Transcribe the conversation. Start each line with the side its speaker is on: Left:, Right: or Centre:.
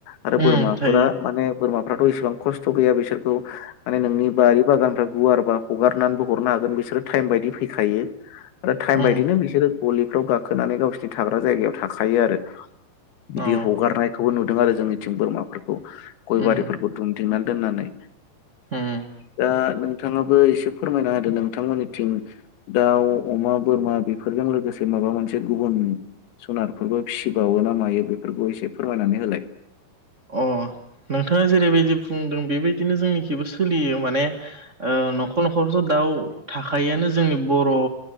Left: आरो
Right: उम
Left: बोरमाफोरा
Right: थायो
Left: माने बोरमा फ्राथ' इसेबां खस्थ गैया बिसोरखौ माने नोंनि बारि बागाननिफ्राय गुवारबा हगारनानैबो हरनो हागोन बिसोरो टाइम बायदि फैखायो। आरो टाइम
Right: उम
Left: बायदिनो बिसोरो गलिफ्राव गाखोनानै गावसिोरनि थाग्रा जायगायाव थाखायो आरो। बिदि
Right: अ
Left: हगारनायखौबो नुदों आरो जोंनिथिं बोरमाफोरखौ गयबारिफोरखौ
Right: उम
Left: दुमदिंनानै दोननानै
Right: उम
Left: दा थाङाबो एसे फोरमायना होदों नोंथांमोननिथिं दाउ अमा बोरमा बेफोरजों लोगोसे माबा मोनसे गुबुन सुनारफोरबो फिसिबावो ना मायो बेफोरखौ एसे फोरमायनानै होलाय?
Right: अ नोंथाङा जेरैबायदि बुंदों बेबायदिनो जोंनिखिबो सोलियो माने न'खर न'खरथ दाउ थाखायआानो जोंनि बर'आ